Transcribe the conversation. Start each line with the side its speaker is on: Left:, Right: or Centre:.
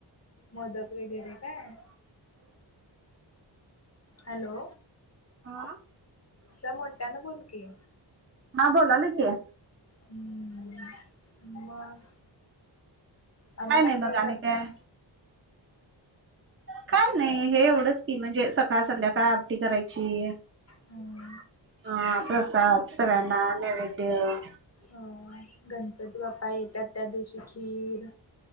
Left: मोदक वगैरे काय? हॅलो.
Right: हां.
Left: त्या मोठ्या न बोल की.
Right: हा बोलालो की.
Left: हम्म, मग? आणी
Right: काय
Left: काय-काय
Right: नाही मग
Left: करताय?
Right: आणि काय काय नाही हे एवढंच की म्हणजे सकाळ, संध्याकाळ आरती करायची
Left: हम्म.
Right: हा प्रसाद सगळ्यांना, नैवेद्य
Left: अ गणपती बाप्पा येत्यात त्या दिवशी खीर